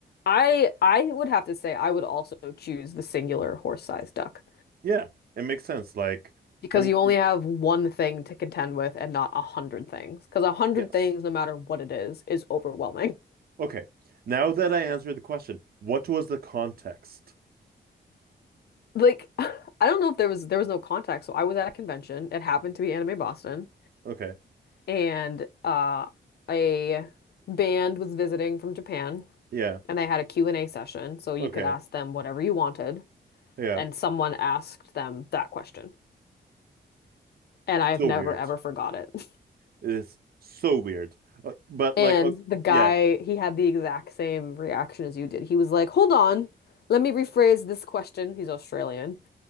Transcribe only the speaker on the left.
I I would have to say I would also choose the singular horse-sized duck
because
you only have one thing to contend with and not a hundred things. Because a hundred
things, no matter what it is, is overwhelming.
Like <laughs> I don't know if there was there was no contact. So I was at a convention. It happened to be Anime Boston.
and uh, a band was visiting from Japan,
and they had a Q and a session, so you
could ask them whatever you wanted,
and someone asked them that question. And I've
never
ever forgot it. <laughs>
And
the guy,
he had the exact same reaction as you did. He was like, "Hold on, let me rephrase this question." He's Australian.